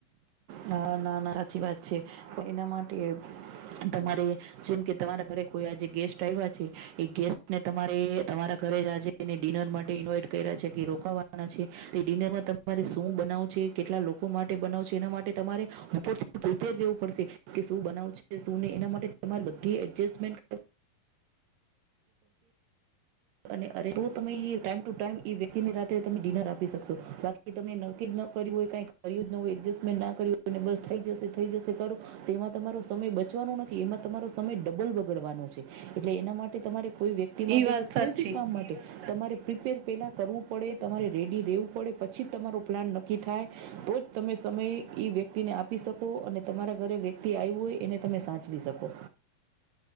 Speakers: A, on the right (about 75°); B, on the right (about 65°).
A: નાા ના ના સાચી વાત છે પણ એના માટે તમારે જેમ કે તમારા ઘરે કોઈ આજે ગેસ્ટ આવ્યા છે એ ગેસ્ટને તમારે તમારા ઘરે રાજજે અને ડિનર માટે ઇન્વાઈટ કર્યા છે કે રોકાવાના છે તે ડિનર માં તમારે શું બનાવુ છે કેટલા લોકો માટે બનાવો છે એના માટે તમારે ઉપરથી ઉેર રહેવું પડશે કે શું બનાવશે શું નહીં એના માટે તમારે બધી એડજસ્ટમેન્ટ અને અરે તો તમે એ ટાઈમ ટુ ટાઈમ એ વ્યક્તિને રાત્રે તમે ડિનર આપી શકશો બાકી તમે નક્કી ન કર્યું હોય કઈ કર જ ન હો એડજમેન્ટ ના કર હોય બસ થઈ જશે થઈ જશે કરો તેમાં તમારો સમય બચવાનો નથી એમાં તમારો સમય ડબલ બગડવાનો છે એટલે એના માટે તમારી કોઈ વ્યક્તિ
B: એ
A: માટે
B: વાત
A: કે
B: સાચી
A: કોઈ બી કામ માટે તમારે પ્રિપેર પેલા કરવું પડે તમારે રેડી રહેેવું પડે પછી તમારો પ્લાન નક્કી થાય તો જ તમે સમય એ વ્યક્તિને આપી શકો અને તમારા ઘરે વ્યક્તિઆયવું હોય એને તમે સાચવી શકો